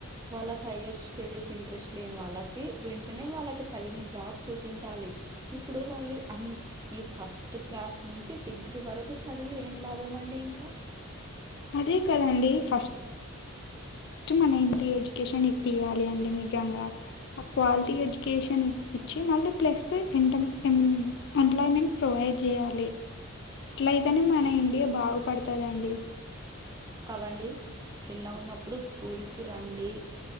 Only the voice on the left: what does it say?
అదే కదండి ఫస్ట్ ట్ మన ఇంటి్ర ఎడ్యుకేషన్ ఇప్పయాలి అండి నిజంగా ఆ క్వాలిటీ ఎడ్యుకేషన్ ఇప్పిచ్చి మళ్ళీ ప్లస్ ఎంట ఇ ఎంప్లాయ్మెంట్ ప్రొవైడ్ చేయ్యాలి
ఇట్ల అయితేనే మన ఇండియా బాగుపడుతదండి